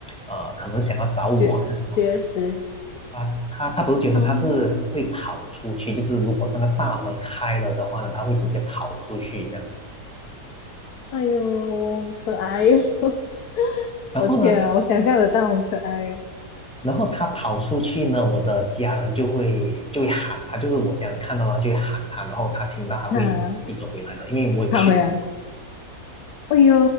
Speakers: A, in the centre; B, on the left.
A: 呃，可能想要找我还是什么，
B: 绝绝食
A: 啊，他他不是绝食，
B: 哦，
A: 他是会跑出去，就是如果那个大门开了的话呢，他会直接跑出去这样子。
B: 哎呦，可爱哟！<laughs>
A: 然后呢，
B: 我天啊，
A: 他
B: 我想象得到很可爱耶。
A: 然后他跑出去呢，我的家人就会就会喊他，就是我家人看到他就会喊他，然后他听到他会自己走回来的，
B: 啊，
A: 因为我有训练
B: 跑回来，哎呦，